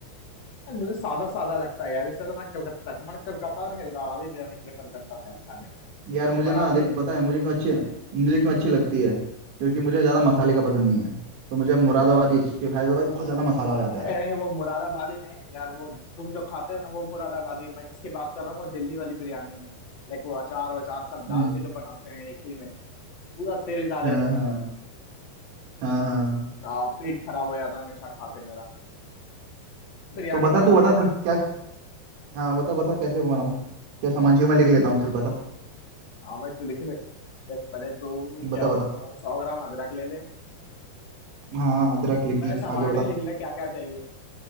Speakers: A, on the left; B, on the right.
A: यार, मुझे सादा सादा लगता है यार इसलिए तो मैं कलकत्ता मैं कलकत्ता और हैदराबादी बिरयानी प्रेफर करता हूँ यार खाने में
B: यार
A: वो
B: मुझे
A: बनाने
B: ना देख पता है मुझे क्यों अच्छी मुझे क्यों अच्छी लगती है क्योंकि मुझे ज़्यादा मसाले का पसंद नहीं है तो मुझे मुरादाबादी अच्छी हैदराबाद बहुत ज़्यादा मसाला हो जाता
A: अरे
B: है यार
A: नहीं वो मुरादाबादी नहीं है यार वो तुम जो खाते हो ना वो मुरादाबादी है मैं जिसकी बात कर रहा हूँ वो दिल्ली वाली बिरयानी है लाइक वो अचार वचार सब डाल
B: हम्म
A: के जो बनाते हैं एक ही में पूरा तेल डाले
B: हाँ
A: रहेंगे
B: हाँ हाँ हाँ
A: आ, पेट खराब हो जाता है हमेशा खा के मेरा तो बिरयानी
B: तो बता
A: बना
B: तू बता
A: ले यार
B: चल क्या हाँ बता बता कैसे बनाऊँ क्या सामान चाहिए मैं लिख लेता हूँ चल बता
A: हाँ भाई तू लिख ले देख पहले तो
B: बता
A: क्या बताता
B: बता
A: हूँ सौ ग्राम अदरक ले ले
B: हाँ हाँ, अदरक लिख
A: पहले
B: दी
A: सामग्री
B: आगे बता
A: लिख ले क्या क्या चाहिए